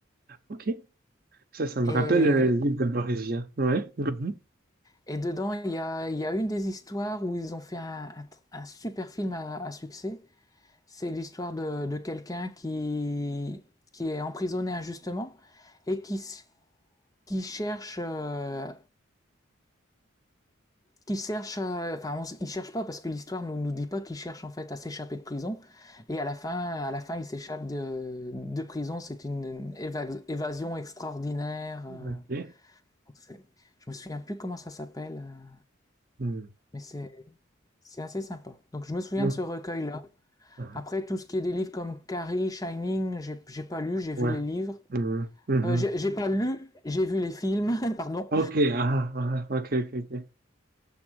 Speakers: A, on the right; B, on the left.
A: OK. Ça, ça me
B: Et,
A: rappelle euh, le livre de Boris Vian. Ouais. Mhm.
B: et dedans, il y a, il y a une des histoires où ils ont fait un, un tr- un super film à, à succès C'est l'histoire de, de quelqu'un qui, qui est emprisonné injustement et qui, qui cherche, euh, qui cherche, euh, enfin, on il cherche pas parce que l'histoire nous, nous dit pas qu'il cherche en fait à s'échapper de prison. Et à la fin, à la fin, il s'échappe de, de prison. C'est une éva- évasion extraordinaire. euh.
A: OK.
B: Donc, c'est- je me souviens plus comment ça s'appelle, euh,
A: Hmm.
B: mais c'est, c'est assez sympa. Donc je me souviens
A: Hmm.
B: de ce recueil-là.
A: Ah,
B: Après, tout ce qui est des livres comme Carrie, Shining, j'ai j'ai pas lu, j'ai vu
A: Ouais.
B: les livres.
A: Hmm. Mhm.
B: Euh, j'ai j'ai pas lu, j'ai vu les films, <laughs> pardon.
A: OK. Ah, ah, OK, OK, OK.